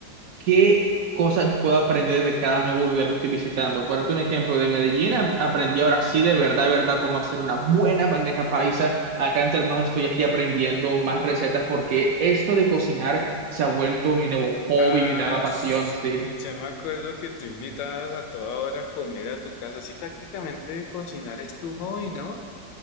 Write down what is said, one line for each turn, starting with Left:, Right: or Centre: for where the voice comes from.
Right: qué cosas puedo aprender de cada nuevo lugar que estoy visitando. Por darte un ejemplo, de Medellín a- aprendí ahora sí de verdad, verdad, cómo hacer una buena bandeja paisa. Acá en Ternos estoy aquí aprendiendo más recetas porque esto de cocinar se ha vuelto mi nuevo hobby,
Left: Ah,
Right: mi nueva pasión,
Left: sí,
Right: sí,
Left: ya me acuerdo que tú invitabas a toda hora a comer a tu casa. Así prácticamente cocinar es tu hobby, ¿no?